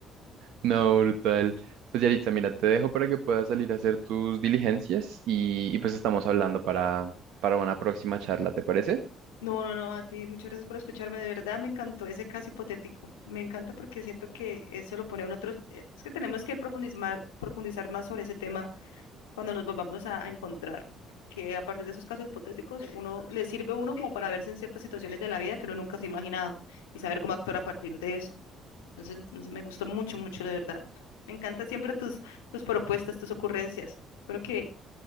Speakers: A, on the right (about 65°); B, on the left (about 85°).
A: No, brutal. Pues Yaritza, mira, te dejo para que puedas salir a hacer tus diligencias y, y pues estamos hablando para, para una próxima charla, ¿te parece?
B: No, no, no, a ti muchas gracias por escucharme, de verdad me encantó ese caso hipotético. Me encanta porque siento que eso lo pone en otros, eh, es que tenemos que profundizar, profundizar más sobre ese tema. cuando nos volvamos a, a encontrar. Que a partir de esos casos hipotéticos, uno le sirve a uno como para verse en ciertas situaciones de la vida que uno nunca se ha imaginado y saber cómo actuar a partir de eso. Entonces, no sé, me gustó mucho, mucho, de verdad. Me encantan siempre tus, tus propuestas, tus ocurrencias. Espero que